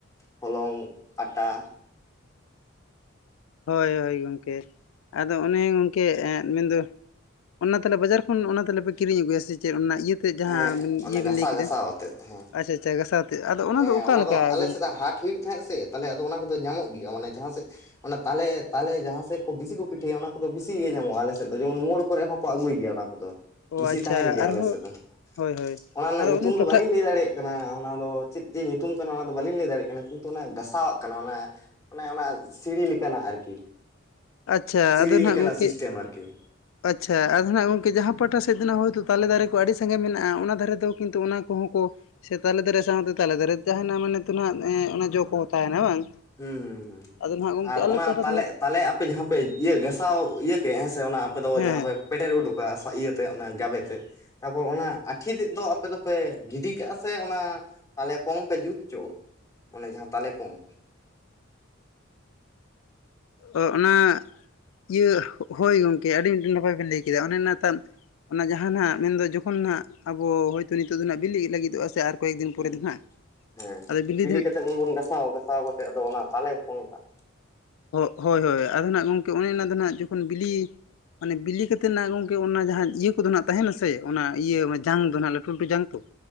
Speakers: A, on the left (about 15°); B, on the left (about 80°).
A: ᱦᱚᱞᱚᱝ ᱟᱴᱟ
B: ᱦᱳᱭ, ᱦᱳᱭ ᱜᱚᱝᱠᱮ᱾ ᱟᱫᱚ ᱚᱱᱮ ᱜᱚᱝᱠᱮ ᱢᱮᱱᱫᱚ ᱚᱱᱟ ᱛᱟᱦᱞᱮ ᱵᱟᱡᱟᱨ ᱠᱷᱚᱱ ᱚᱱᱟ ᱛᱟᱦᱞᱮ ᱯᱮ ᱠᱤᱨᱤᱧ ᱟᱹᱜᱩᱭᱟ ᱥᱮ ᱪᱮᱫ ᱚᱱᱟ ᱤᱭᱟᱹ᱾ ᱛᱮᱫ ᱡᱟᱦᱟᱸ
A: ᱦᱮᱸ ᱚᱱᱮ
B: ᱤᱭᱟᱹ
A: ᱜᱷᱟᱥᱟᱣ
B: ᱵᱤᱱ ᱞᱟᱹᱭ ᱠᱮᱫᱟ,
A: ᱜᱷᱟᱥᱟᱣ ᱟᱛᱮᱫ ᱦᱮᱸ
B: ᱟᱪᱷᱟ ᱟᱪᱷᱟ ᱜᱟᱥᱟᱣᱛᱮ, ᱟᱫᱚ ᱚᱱᱟᱫᱚ
A: ᱦᱮᱸ
B: ᱚᱠᱟ
A: ᱚᱱᱟ
B: ᱞᱮᱠᱟ
A: ᱫᱚ ᱟᱞᱮ
B: ᱜᱚᱝᱼᱼ
A: ᱥᱮᱫᱟᱜ ᱦᱟᱴ ᱦᱩᱭᱩᱜ ᱛᱟᱦᱮᱸᱜ ᱥᱮ ᱛᱟᱞᱦᱮ ᱟᱫᱚ ᱚᱱᱟ ᱠᱚᱫᱚ ᱧᱟᱢᱚᱜ ᱜᱮᱭᱟ ᱢᱟᱱᱮ ᱡᱟᱦᱟᱸ ᱥᱮᱫ ᱚᱱᱟ ᱛᱟᱞᱮ, ᱛᱟᱞᱮ ᱡᱟᱦᱟᱸ ᱥᱮᱫ ᱠᱚ ᱵᱮᱥᱤ ᱠᱚ ᱯᱤᱴᱷᱟᱹᱭᱟ ᱚᱱᱟ ᱠᱚᱫᱚ ᱵᱮᱥᱤ ᱜᱮ ᱧᱟᱢᱚᱜᱼᱟ ᱟᱞᱮ ᱥᱮᱫ ᱫᱚ ᱡᱮᱢᱚᱱ ᱢᱳᱲ ᱠᱚᱨᱮ ᱦᱚᱸ᱾ ᱠᱚ ᱟᱹᱜᱩᱭ ᱜᱮᱭᱟ ᱚᱱᱟ ᱠᱚᱫᱚ,
B: ᱚ
A: ᱵᱮᱥᱤ
B: ᱟᱪᱪᱷᱟ
A: ᱛᱟᱦᱮᱱ ᱜᱮᱭᱟ
B: ᱟᱨᱦᱚᱸ
A: ᱟᱞᱮ ᱥᱮᱫ ᱫᱚ,
B: ᱦᱳᱭ ᱦᱳᱭ
A: ᱚᱱᱟ ᱨᱮᱱᱟᱜ
B: ᱟᱫᱚ
A: ᱧᱩᱛᱩᱢ ᱫᱚ
B: ᱴᱚᱴᱷᱟ
A: ᱵᱟᱞᱤᱧ ᱞᱟᱹᱭ ᱫᱟᱲᱮᱭᱟᱜ ᱠᱟᱱᱟ ᱚᱱᱟ ᱫᱚ ᱪᱮᱫ ᱪᱮᱫ ᱧᱩᱛᱩᱢ ᱠᱟᱱᱟ ᱚᱱᱟ ᱫᱚ ᱵᱟᱹᱞᱤᱧ ᱞᱟᱹᱭ ᱫᱟᱲᱮᱭᱟᱜ ᱠᱟᱱᱟ ᱠᱤᱱᱛᱩ ᱚᱱᱟ ᱜᱟᱥᱟᱣᱟᱜ ᱠᱟᱱᱟ ᱚᱱᱟ᱾ ᱚᱱᱮ ᱚᱱᱟ ᱥᱤᱲᱤ ᱞᱮᱠᱟᱱᱟᱜ ᱟᱨᱠᱤ,
B: ᱟᱪᱪᱷᱟ
A: ᱥᱤᱲᱤ
B: ᱟᱫᱚ ᱱᱟᱜ
A: ᱞᱮᱠᱟᱱᱟᱜ
B: ᱜᱚᱝᱠᱮ
A: ᱥᱤᱥᱴᱮᱢ ᱟᱨᱠᱤ᱾
B: ᱟᱪᱪᱷᱟ, ᱟᱫᱚ ᱱᱟᱦᱟᱸᱜ ᱜᱚᱢᱠᱮ ᱡᱟᱦᱟᱸ ᱯᱟᱦᱴᱟ ᱥᱮᱫ ᱫᱚ ᱱᱟᱜ ᱦᱳᱭᱛᱳ ᱛᱟᱞᱮ ᱫᱟᱨᱮ ᱠᱚ ᱟᱹᱰᱤ ᱥᱟᱸᱜᱮ ᱢᱮᱱᱟᱜᱼᱟ ᱚᱱᱟ ᱫᱷᱟᱨᱮ ᱫᱚ ᱠᱤᱱᱛᱩ ᱚᱱᱟ ᱠᱚᱦᱚᱸ ᱠᱚ ᱥᱮ ᱛᱟᱞᱮ ᱫᱟᱨᱮ ᱥᱟᱶᱛᱮ ᱛᱟᱞᱮ ᱫᱟᱨᱮ ᱡᱟᱦᱱᱟᱜ ᱢᱟᱱᱮ ᱛᱚ ᱱᱟᱦᱟᱜ ᱚᱱᱟ ᱡᱚ ᱠᱚᱦᱚᱸ ᱛᱟᱦᱮᱱᱟ ᱵᱟᱝ?
A: ᱦᱩᱸ ᱦᱩᱸ ᱦᱩᱸ
B: ᱟᱫᱚ ᱱᱟᱜ ᱜᱚᱝᱠᱮ
A: ᱟᱨ
B: ᱟᱞᱮ
A: ᱚᱱᱟ
B: ᱯᱟᱦᱴᱟ
A: ᱛᱟᱞᱮ
B: ᱫᱚ ᱱᱟᱜ
A: ᱛᱟᱞᱮ ᱟᱯᱮ ᱡᱟᱦᱟᱸ ᱯᱮ ᱤᱭᱟᱹ ᱜᱟᱥᱟᱣ ᱤᱭᱟᱹ ᱠᱮᱫ ᱦᱮᱸ ᱥᱮ ᱚᱱᱟ ᱟᱯᱮ ᱫᱚ
B: ᱦᱮᱸ
A: ᱡᱟᱦᱟᱸ ᱯᱮ᱾ ᱯᱮᱴᱮᱨ ᱩᱰᱩᱠᱼᱟ ᱤᱭᱟᱹᱛᱮ ᱚᱱᱟ ᱜᱟᱵᱮ ᱛᱮᱫ ᱛᱟᱯᱚᱨ ᱚᱱᱟ ᱟᱴᱷᱤ ᱛᱮᱫ ᱫᱚ ᱟᱯᱮ ᱫᱚᱯᱮ ᱜᱤᱰᱤ ᱠᱟᱜᱼᱟ ᱥᱮ ᱚᱱᱟ ᱛᱟᱞᱮ ᱯᱚᱝ ᱯᱮ ᱡᱩᱛ ᱚᱪᱚᱣᱟᱜ ᱚᱱᱮ ᱡᱟᱦᱟᱸ ᱛᱟᱞᱮ ᱯᱚᱝ᱾
B: ᱚ ᱚᱱᱟ ᱤᱭᱟᱹ, ᱦᱳᱭ ᱜᱚᱢᱠᱮ ᱟᱹᱰᱤ ᱢᱤᱫᱴᱮᱱ ᱱᱟᱯᱟᱭ ᱵᱮᱱ ᱞᱟᱹᱭ ᱠᱮᱫᱟ ᱚᱱᱮ ᱚᱱᱟ ᱛᱟᱱ ᱚᱱᱟ ᱡᱟᱦᱟᱸ ᱱᱟᱦᱟᱜ ᱢᱮᱱᱫᱚ ᱡᱚᱠᱷᱚᱱ ᱱᱟᱦᱟᱜ ᱟᱵᱚ ᱦᱳᱭᱛᱳ ᱱᱤᱛᱚᱜ ᱫᱚ ᱱᱟᱦᱟᱜ ᱵᱤᱞᱤᱜ ᱞᱟᱹᱜᱤᱫᱚᱜᱼᱟ ᱥᱮ ᱟᱨ ᱠᱚᱭᱮᱠ ᱫᱤᱱ ᱯᱚᱨᱮ
A: ᱦᱩᱸ
B: ᱫᱚ ᱱᱟᱦᱟᱜ
A: ᱦᱮᱸ,
B: ᱟᱫᱚ
A: ᱵᱤᱞᱤ
B: ᱫᱚ
A: ᱠᱟᱛᱮ ᱢᱟᱵᱚᱱ ᱜᱟᱥᱟᱣᱟ, ᱜᱟᱥᱟᱣ ᱠᱟᱛᱮ ᱟᱫᱚ ᱚᱱᱟ ᱛᱟᱞᱮ ᱯᱚᱝ ᱴᱟᱜ᱾
B: ᱦᱳᱭ ᱦᱳᱭ, ᱟᱫᱚ ᱱᱟᱜ ᱜᱚᱢᱠᱮ ᱚᱱᱮ ᱚᱱᱟ ᱫᱚ ᱱᱟᱜ ᱡᱚᱠᱷᱚᱱ ᱵᱤᱞᱤ ᱢᱟᱱᱮ ᱵᱤᱞᱤ ᱠᱟᱛᱮᱫ ᱱᱟᱜ ᱜᱚᱝᱠᱮ ᱚᱱᱟ ᱡᱟᱦᱟᱸ ᱤᱭᱟᱹ ᱠᱚᱫᱚ ᱱᱟᱜ ᱛᱟᱦᱮᱱᱟ ᱥᱮ ᱚᱱᱟ ᱤᱭᱟᱹ ᱢᱟᱱᱮ ᱡᱟᱝ ᱫᱚ ᱱᱟᱜ ᱞᱟᱹᱴᱩ ᱞᱟᱹᱴᱩ ᱡᱟᱝ᱾ <inaudible>